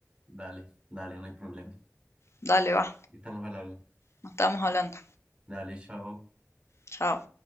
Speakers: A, on the right (about 20°); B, on the left (about 60°).
A: Dale, dale, no hay problema.
B: Dale, va.
A: Estamos al habla.
B: Nos estamos hablando.
A: Dale, chao.
B: Chao.